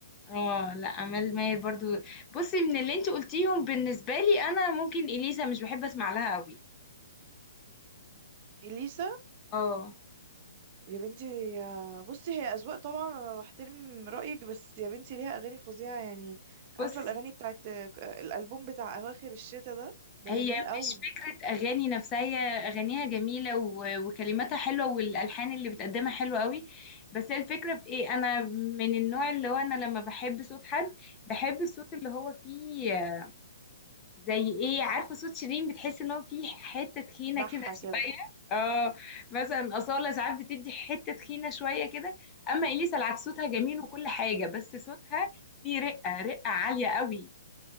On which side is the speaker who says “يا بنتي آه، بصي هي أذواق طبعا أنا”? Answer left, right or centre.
Right